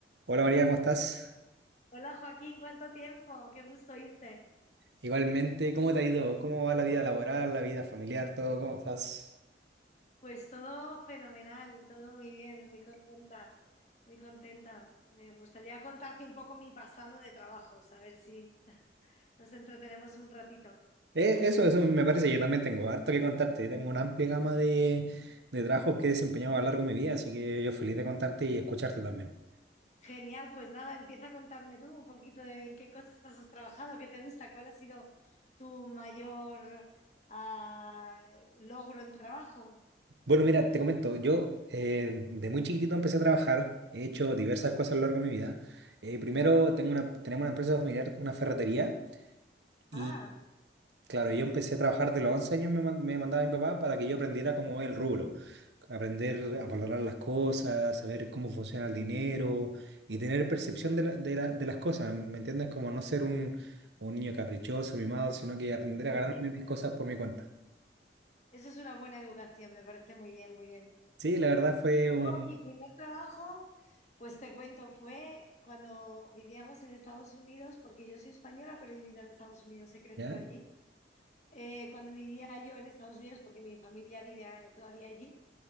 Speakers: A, on the right; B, on the left.
A: Hola María, ¿cómo estás?
B: Hola Joaquín, ¿cuánto tiempo? Qué gusto oírte.
A: Igualmente, ¿cómo te ha ido? ¿Cómo va la vida laboral, la vida familiar, todo? ¿Cómo estás?
B: Pues todo fenomenal, todo muy bien, muy contenta, muy contenta. Me gustaría contarte un poco mi pasado de trabajos, a ver si <laughs> nos entretenemos un ratito.
A: Eh, eso, eso me parece, yo también tengo harto que contarte. Tengo una amplia gama de, de trabajos que he desempeñado a lo largo de mi vida, así que yo feliz de contarte y escucharte también.
B: Genial, pues nada, empieza a contarme tú un poquito de en qué cosas has trabajado, qué te gusta, cuál ha sido tu mayor ah, logro en trabajo.
A: Bueno, mira, te comento, yo eh, de muy chiquitito empecé a trabajar, he hecho diversas cosas a lo largo de mi vida. Eh, primero tengo una, tenemos una empresa familiar, una ferretería. y
B: Ah,
A: Claro, yo empecé a trabajar de los 11 años, me, man- me mandaba mi papá para que yo aprendiera cómo es el rubro, aprender a valorar las cosas, saber cómo funciona el dinero y tener percepción de, la- de la- de las cosas, ¿me entiendes? Como no ser un, un niño caprichoso, mimado, sino que aprender a
B: muy
A: ganarme mis cosas por mi cuenta.
B: Eso es una buena educación, me parece muy bien, muy bien.
A: Sí, la verdad fue
B: No,
A: un...
B: mi primer trabajo, pues te cuento, fue cuando vivíamos en Estados Unidos, porque yo soy española, pero he vivido en Estados Unidos, he crecido
A: ¿Ya?
B: allí. Eh, cuando vivía yo en Estados Unidos, porque mi familia vive eh, todavía allí,